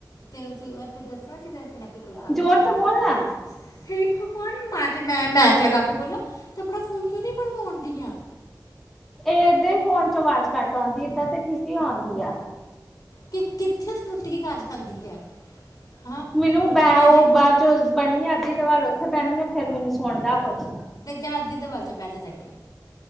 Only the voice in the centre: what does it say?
ਜ਼ੋਰ
ਸੇ
ਬੋਲ
ਨਾ।
ਇਹਦੇ ਫੋਨ ਚ ਆਵਾਜ਼ ਘੱਟ ਆਉਂਦੀ ਏਦਾਂ ਤੇ ਠੀਕ ਹੀ ਆਉਂਦੀ ਆ।
ਮੈਨੂੰ ਬੈ
ਉਹ ਬਾਅਦ ਜੋ ਬਣੀ ਆ ਅੱਧੀ ਦਵਾਲ ਉੱਥੇ ਬਹਿੰਨੀ ਆ ਫੇਰ ਮੈਨੂੰ ਸੁਣਦਾ ਕੁਛ।